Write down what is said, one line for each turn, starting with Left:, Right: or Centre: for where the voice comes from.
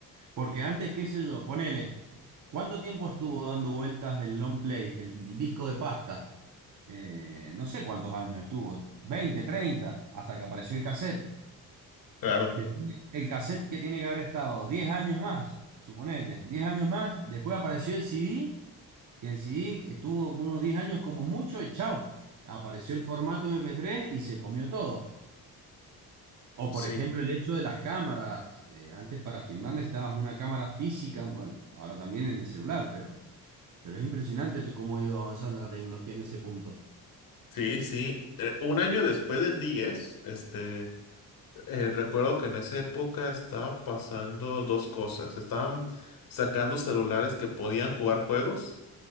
Right: Porque antes, qué sé yo, ponele, ¿cuánto tiempo estuvo dando vueltas el long play, el disco de pasta? Eh, no sé cuántos años estuvo, 20, 30, hasta que apareció el cassette.
Left: Claro.
Right: Después, el cassette que tiene que haber estado 10 años más, suponete, 10 años más, después apareció el CD que el CD estuvo unos 10 años como mucho y chao. Apareció el formato mp tres y se comió todo. O
Left: Sí.
Right: por ejemplo el hecho de las cámaras. Eh, antes para filmar necesitabas una cámara física, bueno, ahora también en el celular, pero, pero es impresionante tú cómo ha ido avanzando la tecnología en ese punto.
Left: Sí, sí. Eh, un año después del 10, este, eh, recuerdo que en esa época estaba pasando dos cosas. Estaban sacando celulares que podían jugar juegos